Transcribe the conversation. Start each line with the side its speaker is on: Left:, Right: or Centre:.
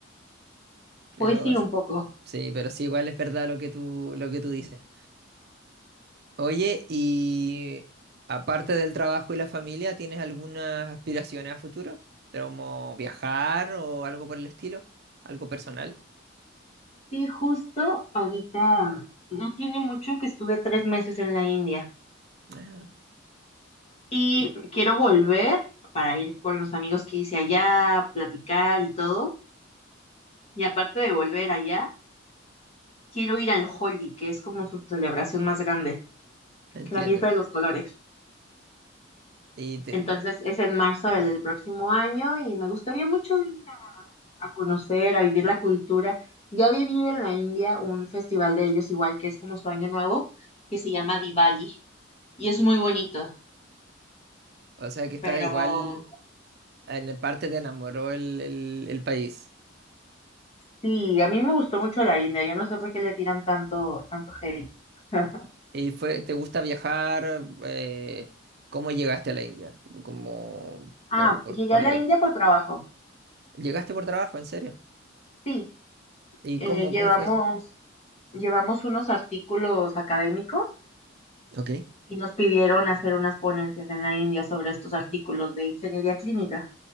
Right: Pero
Left: Pues sí,
Right: s-
Left: un poco.
Right: sí, pero sí, igual es verdad lo que tú, lo que tú dices. Oye, y aparte del trabajo y la familia, ¿tienes algunas aspiraciones a futuro? ¿Como viajar o algo por el estilo? ¿Algo personal?
Left: Sí, justo ahorita no tiene mucho que estuve tres meses en la India
Right: Ah,
Left: y
Right: y-
Left: quiero volver para ir con los amigos que hice allá, platicar y todo. Y aparte de volver allá, quiero ir al Holi, que es como su celebración más grande,
Right: entiendo.
Left: la fiesta de los colores.
Right: Y te-
Left: Entonces es en marzo del próximo año y me gustaría mucho ir a, a conocer, a vivir la cultura. Ya viví en la India un festival de ellos igual que es como su año nuevo, que se llama Diwali y es muy bonito,
Right: o sea que está
Left: pero
Right: igual, en parte te enamoró el, el- el país.
Left: sí, a mí me gustó mucho la India. Yo no sé por qué le tiran tanto, tanto hate. <laughs>
Right: ¿Y fue, te gusta viajar? Eh, ¿cómo llegaste a la India? Como
Left: Ah,
Right: por, por,
Left: llegué
Right: por
Left: a
Right: la-
Left: la India por trabajo.
Right: ¿Llegaste por trabajo, en serio?
Left: Sí,
Right: ¿Y
Left: eh,
Right: cómo,
Left: llevamos,
Right: cómo fue eso?
Left: llevamos unos artículos académicos
Right: Ok.
Left: y nos pidieron hacer unas ponencias en la India sobre estos artículos
Right: Ah,
Left: de ingeniería clínica.